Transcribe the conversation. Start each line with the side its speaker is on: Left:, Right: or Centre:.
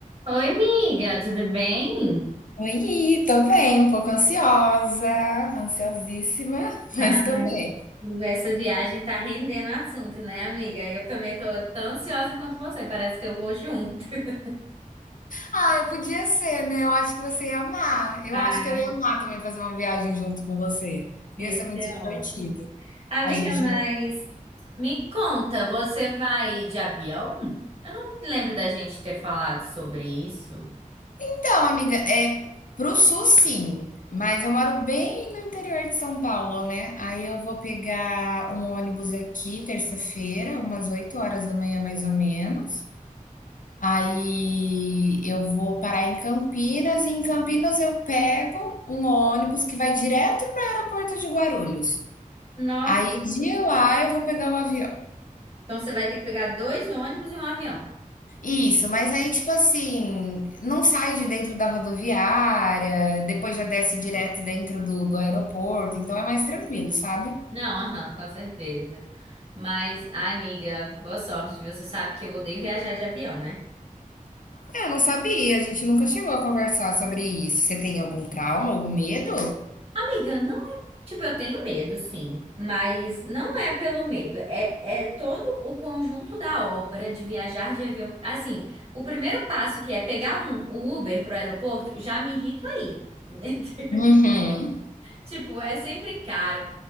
Right: Oi, amiga, tudo bem?
Left: Oi, tô bem, um pouco ansiosa, ansiosíssima, <laughs>
Right: Ah,
Left: mas tô bem.
Right: essa viagem tá rendendo assunto, né, amiga? Eu também tô tão ansiosa quanto você, parece que eu vou junto. <laughs>
Left: Ai, podia ser, né? Eu acho que você ia amar. Eu
Right: Ah,
Left: acho que eu ia amar também fazer uma viagem junto com você.
Right: isso
Left: Ia ser muito
Right: é
Left: divertido.
Right: ótimo. Amiga,
Left: A gente.
Right: mas me conta, você vai de avião? Eu não lembro da gente ter falado sobre isso.
Left: Então, amiga, é pro sul sim, mas eu moro bem no interior de São Paulo, né? Aí eu vou pegar um ônibus aqui terça-feira, umas 8 horas da manhã mais ou menos. Aí eu vou parar em Campinas e em Campinas eu pego um ônibus que vai direto para o aeroporto de Guarulhos.
Right: Nossa,
Left: Aí de lá eu vou pegar o avião.
Right: então você vai ter que pegar dois ônibus e um avião.
Left: Isso, mas aí tipo assim, não sai de dentro da rodoviária, depois já desce direto dentro do, do aeroporto, então é mais tranquilo, sabe?
Right: Não, aham, com certeza. Mas, ai, amiga, boa sorte, viu? Você sabe que eu odeio viajar de avião, né?
Left: É, Eu não sabia, a gente nunca chegou a conversar sobre isso. Você tem algum trauma, algum medo?
Right: Amiga, não é. Tipo, eu tenho medo, sim, mas não é pelo medo, é, é todo o conjunto da obra de viajar de avião. Assim, o primeiro passo que é pegar um, um Uber pro aeroporto, já me irrito aí. <laughs>
Left: Uhum.
Right: Tipo, é sempre caro,